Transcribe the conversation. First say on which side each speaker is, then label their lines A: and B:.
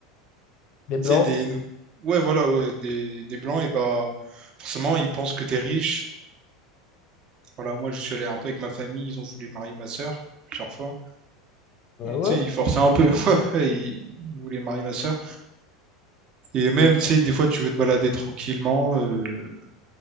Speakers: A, on the left; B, on the right.
A: Les Blancs?
B: sais, des, nou- ouais, voilà, ouais, des, des blancs, et bah, forcément, ils pensent que t'es riche. Voilà, moi, je suis allé un peu avec ma famille, ils ont voulu marier ma sœur plusieurs fois.
A: Ah
B: Et
A: ouais?
B: tu sais, il forçait un peu. <laughs> Il voulait marier ma sœur. Et même, tu sais, des fois, tu veux te balader tranquillement euh,